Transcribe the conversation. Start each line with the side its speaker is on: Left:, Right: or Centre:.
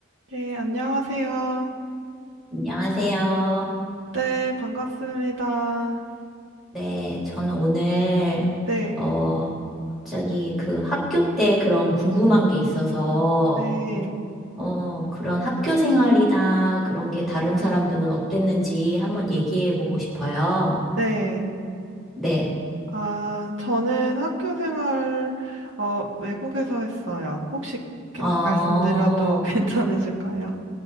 Right: 네, 안녕하세요.
Centre: 안녕하세요.
Right: 네, 반갑습니다.
Centre: 네, 저는 오늘,
Right: 네,
Centre: 어, 갑자기 그 학교 때 그런 궁금한 게 있어서,
Right: 네,
Centre: 어, 그런 학교 생활이나 그런 게 다른 사람들은 어땠는지 한번 얘기해 보고 싶어요.
Right: 네.
Centre: 네.
Right: 아, 저는 학교 생활, 어, 외국에서 했어요. 혹시 게-
Centre: 어,
Right: 말씀드려도 <laughs> 어, 괜찮으실까요?